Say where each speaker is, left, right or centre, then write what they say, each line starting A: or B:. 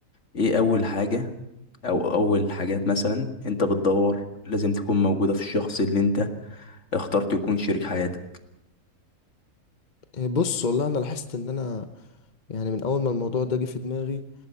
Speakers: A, on the left; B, on the left.
A: ايه اول حاجة او اول حاجات مثلا انت بتدور لازم تكون موجودة في الشخص اللي انت اخترت يكون شريك حياتك
B: آه، بص والله انا لاحظت ان انا يعني من اول ما الموضوع ده جه في دماغي